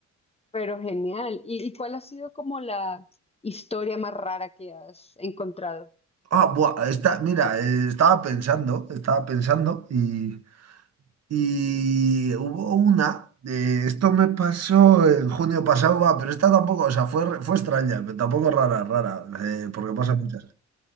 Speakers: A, on the left; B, on the right.
A: Pero genial. ¿Y, y cuál ha sido como la historia más rara que has encontrado?
B: Ah, buah, está, mira, eh, estaba pensando, estaba pensando y. Y hubo una, eh, esto me pasó en junio pasado, va, pero esta tampoco, o sea, fue, fue extraña, pero tampoco rara, rara, eh, porque pasa muchas.